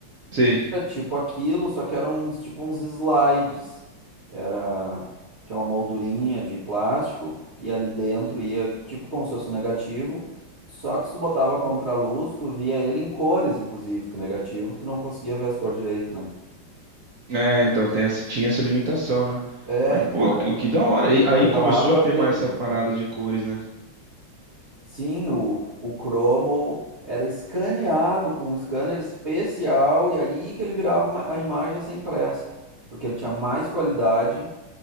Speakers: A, on the right (about 65°); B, on the right (about 40°).
A: Sei.
B: Era tipo aquilo, só que eram uns, tipo uns slides. Era, tinha uma moldurinha de plástico e ali dentro ia tipo como se fosse um negativo, só que se tu botava a contraluz, tu via ele em cores, inclusive, que o negativo tu não conseguia ver as cores direito, né?
A: É, então tem essa, tinha essa limitação, né?
B: É,
A: Mas,
B: então
A: pô, que, que da hora. E
B: revelar
A: aí começou
B: para
A: a ter
B: ver,
A: mais
B: né?
A: essa parada de cores, né?
B: Sim, o, o cromo era escaneado com um scanner especial e aí que ele virava uma- a imagem a ser impressa, porque ele tinha mais qualidade